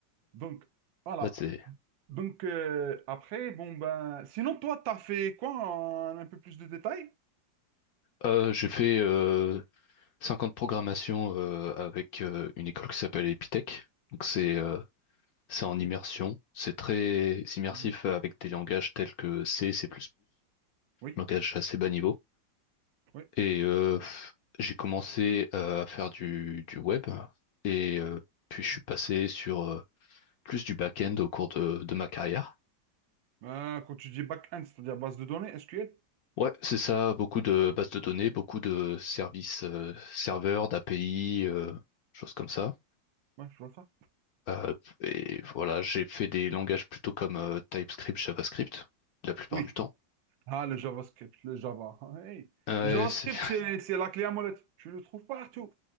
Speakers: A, on the right (about 85°); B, on the left (about 65°).
A: Donc, voilà.
B: Ouais, c'est,
A: Donc, euh, après, bon, ben... Sinon, toi, t'as fait quoi en un peu plus de détails?
B: euh, j'ai fait, euh, 5 ans de programmation euh, avec euh, une école qui s'appelle Epitech. Donc c'est euh, c'est en
A: Ok.
B: immersion. C'est très immersif
A: Mhm.
B: avec des langages tels que C, C++,
A: Oui,
B: langage assez bas niveau.
A: oui.
B: Et euh, j'ai commencé euh, à faire du, du web et euh, puis
A: ok.
B: je suis passé sur euh, plus du back-end au cours de, de ma carrière.
A: Euh, quand tu dis back-end, c'est-à-dire base de données, SQL?
B: Ouais, c'est ça, beaucoup de bases de données, beaucoup de services euh, serveurs, d'API, euh, choses comme ça.
A: Ouais, je vois ça.
B: Euh, et voilà, j'ai fait des langages plutôt comme euh, TypeScript, JavaScript, la plupart
A: Oui.
B: du temps.
A: Ah, le JavaScript, le Java. Hey.
B: Euh,
A: Le JavaScript,
B: Ouais, c'est- <laughs>
A: c'est, c'est la clé à molette. Tu le trouves partout.